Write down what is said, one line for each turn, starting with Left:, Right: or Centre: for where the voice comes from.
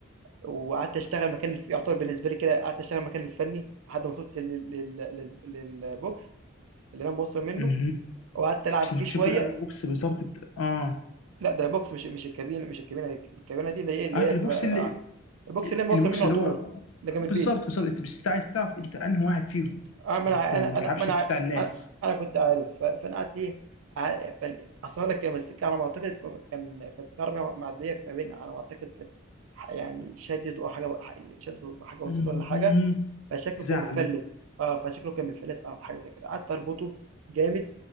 Right: وقعدت اشتغل مكان الف... يعتبر بالنسبه لي كده قعدت اشتغل مكان الفني لحد ما وصلت لل... لل... لل... للبوكس اللي انا موصل منه
Left: مهم.
Right: وقعدت العب
Left: عشان
Right: فيه
Left: تشوفوا
Right: شويه
Left: الانو بوكس بالظبط بت... اه
Right: لا ده بوكس مش مش الكابينه مش الكابينه الكابينه دي اللي هي اللي
Left: آه،
Right: هي
Left: البوكس
Right: بتبقى
Left: اللي
Right: آه، البوكس اللي انا موصل
Left: البوكس
Right: منه
Left: اللي
Right: على طول
Left: هو
Right: اللي جنب البيت
Left: بالظبط بالظبط انت بس عايز تعرف انت انهي واحد فيهم
Right: اه ما
Left: عشان
Right: انا
Left: ت- ما
Right: انا
Left: تلعبش
Right: انا ما انا
Left: في بتاع الناس
Right: انا أنا كنت عارف ف- فانا قعدت ايه ع- فال- اصل لك كان السكه على ما اعتقد كان كان- كانت عربيه معديه فبين على ما اعتقد كانت ح- يعني شدت او حاجه حاجة- شدت حاجه بسيطه
Left: مهم.
Right: ولا حاجه فشكله
Left: تزعل
Right: كان مفلّت،
Left: ليه
Right: آه، فشكله كان مفلّت أو حاجة زي كده، قعدت أربطه جامد،